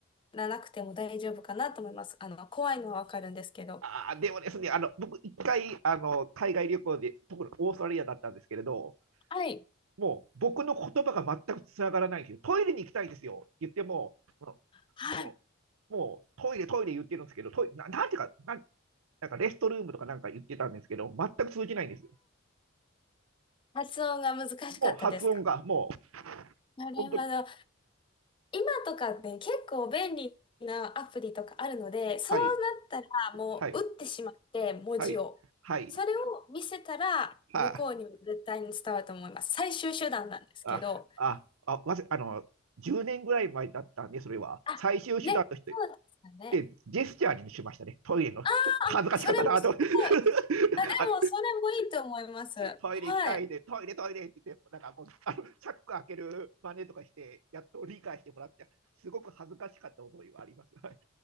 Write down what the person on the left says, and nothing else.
らなくても大丈夫かなと思います。あの、怖いのはわかるんですけど。
はい。
はい。
発音が難しかったですか
なるほど。
今とかね、結構便利なアプリとかあるので、そうなったらもう打ってしまって、
文字を。
それを見せたら、
向こうにも絶対に伝わると思います。最終手段なんですけど。
あ、
ね、そうですよね。
あ、
それもすごい。あ、でも、
それもいいと思います。
はい。